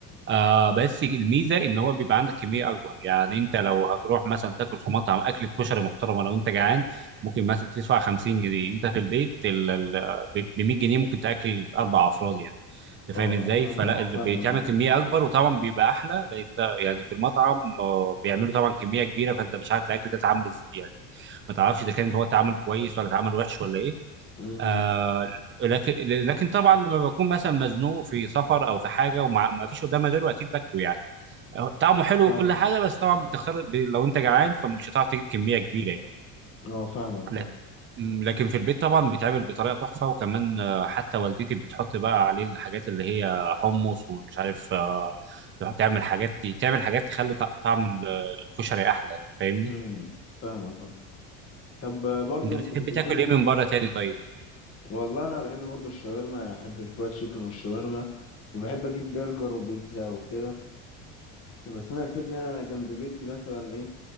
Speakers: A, on the right; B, on the left.
A: آه بس الميزه ان هو بيبقى عندك كميه اكبر يعني انت لو هتروح مثلا تاكل في مطعم اكله كشري محترمه لو انت جعان ممكن مثلا تدفع 50 جنيه انت في البيت ال- ال- ب 100 جنيه ممكن تاكل اربع افراد يعني انت
B: اه
A: فاهم ازاي
B: فاهمك
A: فلا
B: فاهمك
A: اللي بيتعمل
B: اه
A: كميه اكبر وطبعا بيبقى احلى لان انت يعني في المطعم آه، بيعملوا طبعا كميه كبيره فانت مش عارف الاكل ده اتعمل ازاي يعني ما تعرفش اذا كان هو اتعمل كويس ولا اتعمل وحش ولا ايه
B: امم
A: آه لكن لكن طبعا لما بكون مثلا مزنوق في سفر او في حاجه وما فيش قدامي غيره اكيد باكله يعني آه، طعمه حلو
B: فاهمك
A: وكل حاجه بس طبعا بتختار ب- لو انت جعان فمش هتعرف تجيب كميه كبيره يعني
B: اه فاهمك فاهم
A: لكن م، لكن في البيت طبعا بيتعمل بطريقه تحفه وكمان آه، حتى والدتي بتحط بقى عليه الحاجات اللي هي حمص ومش عارف آه، تعمل حاجات تعمل حاجات تخلي ط- طعم ال- الكشري احلى يعني فاهمني
B: امم فاهمك اه طب آه، برضو
A: انت
B: انت
A: بتحب
B: كنت
A: تاكل
B: بتقول
A: ايه من بره تاني طيب
B: والله انا بحب برضو الشاورما يعني احب الفرايد تشيكن والشاورما وبحب اجيب برجر وبيتزا وكده بس انا الفكره ان انا جنب بيتي مثلا ايه